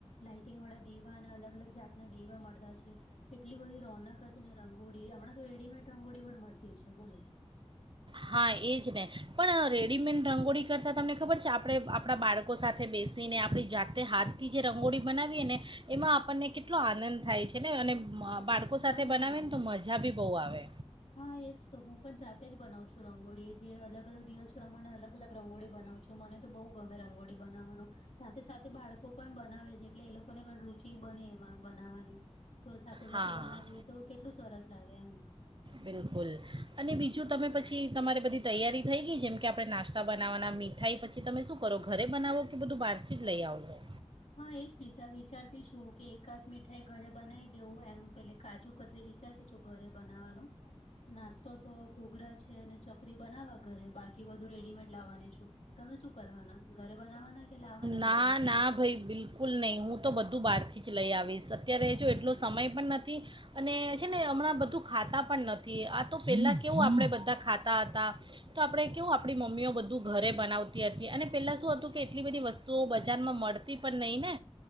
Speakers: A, on the left (about 80°); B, on the right (about 45°).
A: લાઇટિંગવાળા દીવા અને અલગ-અલગ જાત ના, દીવા મળતા છે. એટલી બધી રોનક હતી ને, રંગોળી હમણાં તો રેડીમેડ રંગોળી પણ મળ તી છે બોલો
B: હા, એજ ને પણ રેડીમેડ રંગોળી કરતાં, તમને ખબર છે, આપણે આપણા બાળ લોકો સાથે બેસીને, આપણી જાતે હાથથી જે રંગોળી બનાવીએ ને, એમાં આપણને કે એટલો આનંદ થાય છે ને, અને બાળકો સાથે
A: હા
B: બનાવે ને તો મજા બી બહુ આવે.
A: હા, એ જ તો, હું પણ જાતે જ બનાવું છું રંગોળી જે અલગ અલગ દિવસ પ્રમાણે અલગ અલગ રંગોળી બનાવું છું. તો મને તો બહુ ગમે રંગોળી બનાવવાનું. સાથે સાથે બાળકો પણ બનાવે છે એટલે એ લોકોને પણ રુચિ બને એમાં બનાવવાની. તો સાથે
B: હા
A: સાથે બનાવીએ તો કેટલું સરસ લાગે એમ
B: બિલકુલ, અને બીજું તમે પછી તમારી બધી તૈયારી થઈ ગઈ? જેમ કે આપણે નાસ્તા બનાવવાના મી. મીઠાઈ, પછી તમે શું કરો? ઘરે બનાવો કે બધું બહારથી જ લઈ આવ હો
A: હા, એ જ વિચાર વિચારતી છું કે એકાદ મીઠાઈ ઘરે બનાવી દઉં એમ પેલે કાજુ કતરી વિચારતી છું ઘરે બનાવવાનું. નાસ્તો તો ઘૂઘરા છે, ચકરી બનાવવા ઘરે, બાકી બધું રેડીમેડ લાવવાની છું. તમે શું કરવાના? ઘરે બનાવવાના? કે લાવવાના
B: ના
A: રેડીમેડ
B: ના ભઈ, બિલ કૂલ નહીં, હું તો બધું બહારથી જ લઈ આવીશ. અત્યારે જો એટલો સમય પણ નથી. અને છે ને, હમણાં બધું ખાતા પણ નથી. આ તો પહેલાં કેવું, આપણે બધા ખાતા હતા. તો આપડણે કેવું આપણી મમ્મીઓ બધું ઘરે બનાવતી હતી અને પેલા શું હતું કે એટલી બધી વસ્તુઓ બજારમાં મળતી પણ નહીં ને